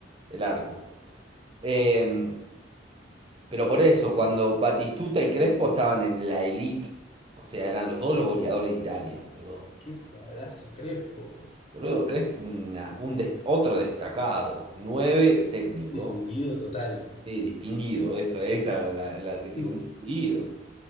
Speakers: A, on the right (about 30°); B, on the left (about 35°).
A: el arco. Eh, pero por eso, cuando Batistuta y Crespo estaban en la elite, o sea, eran los dos los goleadores de Italia, los dos.
B: Qué jugadorazo Crespo, boludo.
A: Boludo, Crespo, una- un dest- otro destacado, 9 técnico,
B: Distinguido total.
A: sí, distinguido, eso, esa era la- el adjetivo,
B: <laughs>
A: un distinguido.